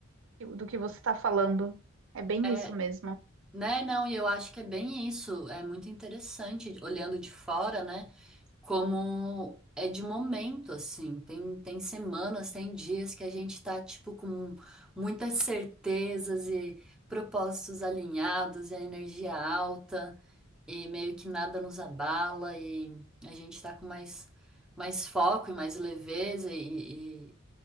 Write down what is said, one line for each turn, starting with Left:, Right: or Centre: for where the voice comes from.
Right: que- do que você está falando. É bem
Centre: É,
Right: isso mesmo.
Centre: né? Não, e eu acho que é bem isso. É muito interessante olhando de fora, né? como é de momento, assim. Tem, tem semanas, tem dias que a gente tá, tipo, com muitas certezas e propósitos alinhados e a energia alta e meio que nada nos abala e a gente tá com mais, mais foco e mais leveza e, e,